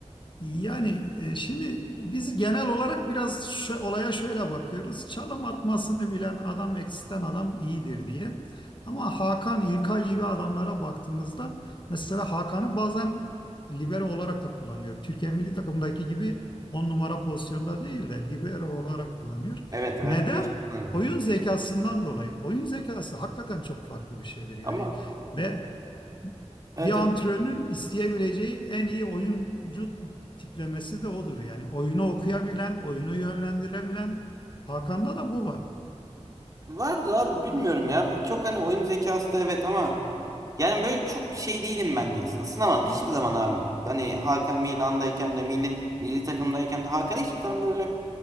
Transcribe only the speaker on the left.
yani e, şimdi biz genel olarak biraz şö- olaya şöyle bakıyoruz. Çalım atmasını bilen adam eksisten adam iyidir diye. Ama Hakan İlkay gibi adamlara baktığımızda mesela Hakan'ı bazen libero olarak da kullanıyor. Türkiye milli takımdaki gibi 10 numara pozisyonda değil de libero olarak kullanıyor.
Neden?
Oyun zekasından dolayı. Oyun zekası hakikaten çok farklı bir şeydir. Yani
ve
bir antrenörün
isteyebileceği en iyi oyuncu tiplemesi de odur. Yani oyunu okuyabilen, oyunu yönlendirebilen. Hakan'da da bu var.